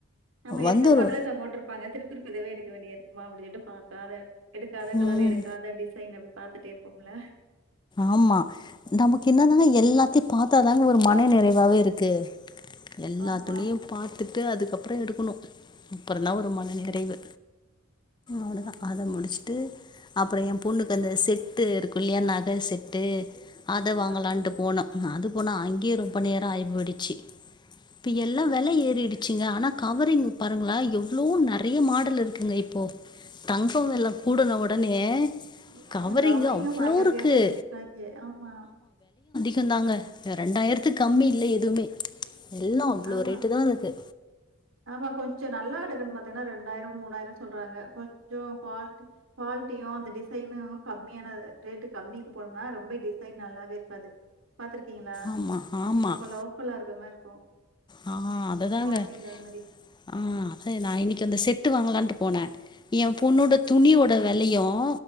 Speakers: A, on the right (about 70°); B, on the left (about 20°).
A: நம்
B: வந்துரு
A: எடுத்த மாறத தொங்க விட்டருப்பாங்க திருப்பிதவே எக்க வேண்டிய இருக்குமா அப்பின்னு சொல்லி பார்த்த அதா எடுக்காத
B: ம்
A: கலர் எடுக்காத டிசைன் பாத்துட்டே இருப்போங்ள
B: ஆமா நமக்கு என்னதாங்க எல்லா பத்தி பார்த்தாதாங்க ஒரு மன நிறைவாவே இருக்கு எல்லாத்துணையும்
A: ஆமா.
B: பார்த்தட்டு அதுக்கப்புற அப்புறம் எடுக்கணும் அப்புறம்ந்தா ஒரு மன நிறைவு அவ்ளதா
A: ஆமாமா.
B: அத முடிச்சுட்டு அப்புறம் என் பொண்ணுக்கு அந்த செட்டு இருக்கும் இல்லைய நக பேசிட்டு அத
A: ம்
B: வாங்கலான்ட்டு
A: ஆமா.
B: போனோம் அது போனா அங்கேயே ரொம்ப நேரம் ஆயிபோயிடுச்சு இப்ப எல்லாம்
A: ம்.
B: வில ஏறிடுச்சுங்க ஆனா கவரிங் பாருங்களா எவ்வளோ நிறைய மாடல் இருக்குங்க இப்போ தங்கம் எல்லாம் கூட நம்மட உடனே
A: உம்
B: கவரிங்கு
A: கௌரிங்க
B: அவ்வளோ
A: பயங்கர
B: இருக்குது
A: ரெட் கட்ட எத்துச்சிருக்காங்க ஆமா
B: இருந்தாங்க ரெண்டாயிரத்து கம்மி இல்லை எதுவுமே எல்லாம் அவ்வளவு
A: ஆமா.
B: ரேட்டு தா இருக்கு
A: ஆமா கொஞ்ச நல்லா எடுக்கணுன்னு பாத்தோன்னா ரெண்டாயிரம் மூணாயிரம் சொல்றாங்க கொஞ்சம் குவாலிட்டி குவாலிட்டியா அந்த டிசைனும் கம்மியானத ரேட்டு கம்மிக்கு போனோம்னா ரொம்ப டிசைன் நல்லாவே இருக்காது பாத்துருக்கீங்களா
B: ஆமாம் ஆமாம்
A: ரொம்ப லோக்கலா இருந்த மாரிருக் இப்போ
B: ஆ அதை தாங்க
A: குவாலிட்டி இல்லாத மாரி
B: ஆ அத நா இன்னைக்கு அந்த செட் ட்டு வாங்கலான்ட்டு போனேன் ஏ பொண்ணோட துணியோட வெலையும்